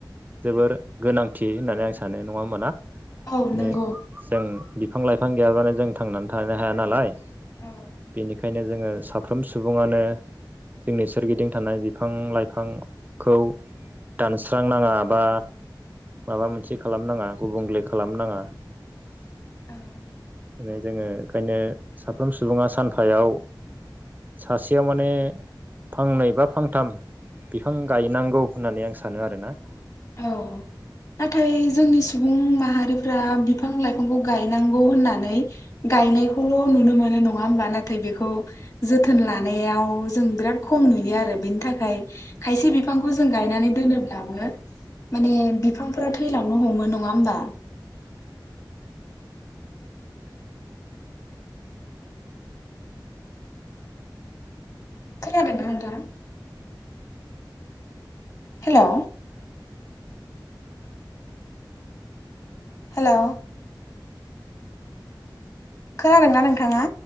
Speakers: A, on the right; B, on the left.
A: जोबोर गोनांथि होननानै आं सानो नङा होमबा ना?
B: औ
A: दिनो
B: नंगौ
A: जों बि फां लाइफां गैयाब्लानो जों थांनानै थानो हाया नालाय
B: औ
A: बेनिखायनो जोङो साफ्रोम सुबुङानो जोंनि सोरगिदिं थानाय बिफां लाइफांखौ दानस्रांनाङा बा माबा मोनसे खालामनाङा गुबुंले खालामनाङा। <unintelligible>
B: औ
A: जोङो ओंखायनो साफ्रोम सुबुङा सानफायाव सासेयाव माने फांनै बा फांथाम बिफां गायनांगौ होननानै आं सानो आरोना।
B: औ नाथाय जोंनि सुबुं माहारिफ्रा बिफां लाइफांखौ गायनांगौ होननानै गायनायखौल' नुनो मोनो नङा ओमबा नाथाय बेखौ जोथोन लानायाव जों बिराद खम नुयो आरो बेनि थाखाय खायसे बिफांखौ जों गायनानै दोनोब्लाबो माने बिफांफोरा थैलांनो हमो नङा ओमबा? खोनादों ना नोंथां? हेलौ हेलौ खोनादोंना नोंथाङा?